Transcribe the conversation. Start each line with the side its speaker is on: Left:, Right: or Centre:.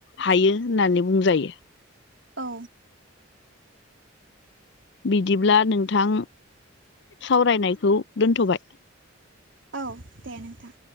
Left: हायो होननानै बुंजायो।
Right: औ
Left: बिदिब्ला नोंथां सावरायनायखौ दोनथ'बाय।
Right: औ दे नोंथां।